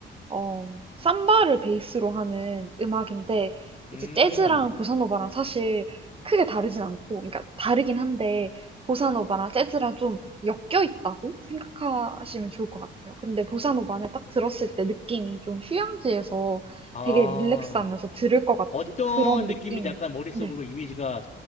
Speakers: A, on the right; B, on the left.
A: 어, 삼바를 베이스로 하는 음악인데,
B: 음,
A: 이제 재즈랑 보사노바랑 사실 크게 다르진 않고, 그러니까 다르긴 한데, 보사노바랑 재즈랑 좀 엮여 있다고 생각하시면 좋을 것 같아요. 근데 보사노바는 딱 들었을 때 느낌이 좀 휴양지에서
B: 아,
A: 되게 릴렉스하면서 들을 것 같은
B: 어떤
A: 그런
B: 느낌인지
A: 느낌.
B: 약간 머릿속으로
A: 네,
B: 이미지가